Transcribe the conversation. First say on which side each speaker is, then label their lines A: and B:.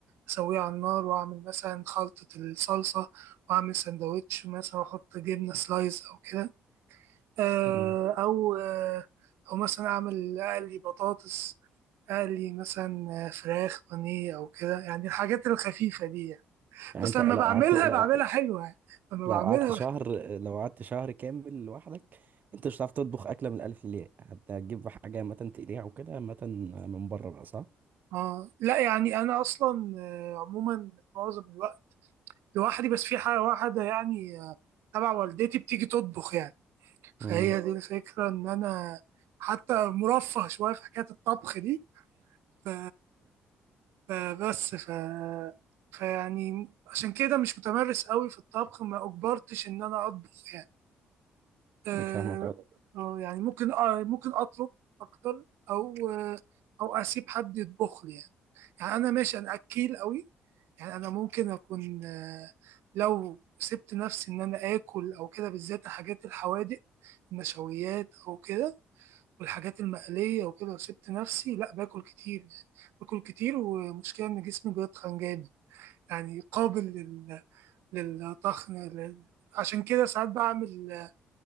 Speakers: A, on the right (about 85°); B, on the right (about 45°).
A: أسويه على النار وأعمل مثلا خلطة الصلصة وأعمل سندوتش مثلا وأحط جبنة سلايز أو كده آه،
B: مم.
A: أو آه، أو مثلا أعمل أقلي بطاطس أقلي مثلا آه، فراخ بانيه أو كده يعني الحاجات الخفيفة دي يعني.
B: يعني
A: بس
B: أنت
A: لما
B: لو
A: بعملها
B: قعدت لو
A: بعملها حلوة يعني لما
B: لو
A: بعملها
B: قعدت شهر لو قعدت شهر كامل لوحدك انت مش هتعرف تطبخ اكله من الالف للياء هتجيب حاجه عامه تقليها وكده عامه من بره بقى صح
A: آه لا يعني أنا أصلا آه، عموما معظم الوقت لوحدي بس في حاجة واحدة يعني آه، تبع والدتي بتيجي تطبخ يعني فهي
B: امم
A: دي الفكرة إن أنا حتى مرفه شوية في حكاية الطبخ دي ف... فبس ف... فيعني عشان كده مش متمرس قوي في الطبخ ما أجبرتش إن أنا أطبخ يعني آه،
B: <laughs> فاهمك اه
A: آه، يعني ممكن آه، ممكن أطلب أكتر أو آه، أو أسيب حد يطبخ لي يعني. يعني انا ماشي انا اكيل قوي يعني انا ممكن اكون آه، لو سبت نفسي ان انا اكل او كده بالذات حاجات الحوادق النشويات او كده والحاجات المقليه وكده لو سبت نفسي لا باكل كتير يعني باكل كتير ومشكله ان جسمي بيتخن جامد يعني قابل لل... للطخن لل... عشان كده ساعات بعمل آه،